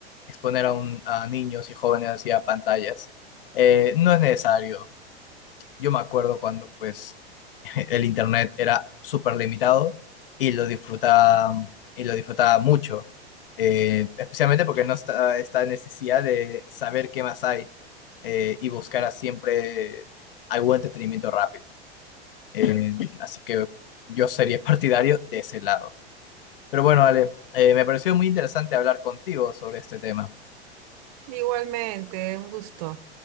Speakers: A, on the left; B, on the right.
A: exponer a, un, a niños y jóvenes hacia pantallas. Eh, no es necesario. Yo me acuerdo cuando pues el internet era súper limitado y lo disfrutaba, y lo disfrutaba mucho, eh, especialmente porque no está esta necesidad de saber qué más hay eh, y buscar siempre algún entretenimiento rápido. Eh, <laughs> así que yo sería partidario de ese lado. Pero bueno, Ale, eh, me pareció muy interesante hablar contigo sobre este tema.
B: Igualmente, un gusto.